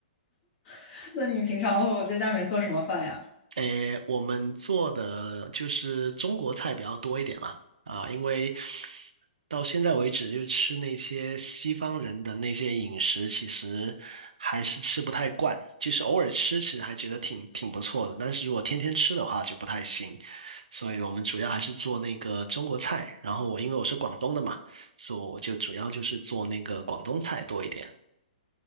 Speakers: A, on the left; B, on the right.
A: <laughs> 那你平常的话，在家里面做什么饭呀？
B: 诶，我们做的就是中国菜比较多一点啦，啊，因为到现在为止，就吃那些西方人的那些饮食，其实还是吃不太惯，就是偶尔吃吃还觉得挺挺不错的，但是如果天天吃的话就不太行，所以我们主要还是做那个中国菜，然后我因为我是广东的嘛，所以我就主要就是做那个广东菜多一点。